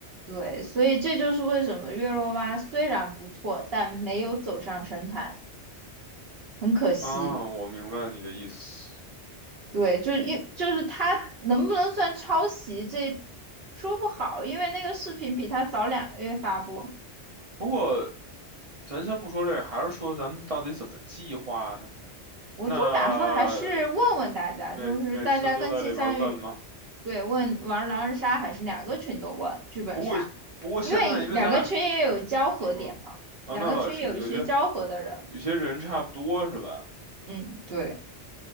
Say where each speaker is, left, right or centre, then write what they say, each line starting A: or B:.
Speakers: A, on the right; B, on the right.
A: 对，所以这就是为什么月落蛙虽然不错，但没有走上神坛，很可惜。
B: 啊，我明白你的意思。
A: 对，就是因就是他能不能算抄袭，这说不好，因为那个视频比他早两个月发布。
B: 不过咱先不说这个，还是说咱们到底怎么计划呢？
A: 我就打算还是问问大家，
B: 那每每次都在里边问吗？
A: 就是大家更倾向于对问玩狼人杀还是两个群都问剧本杀，
B: 不过不过现在因为咱俩
A: 因为两个群也有交合点嘛，
B: 是吧？啊，
A: 两个群也有一些交合的人。
B: 那倒也是，有些有些人差不多是吧？
A: 嗯，对。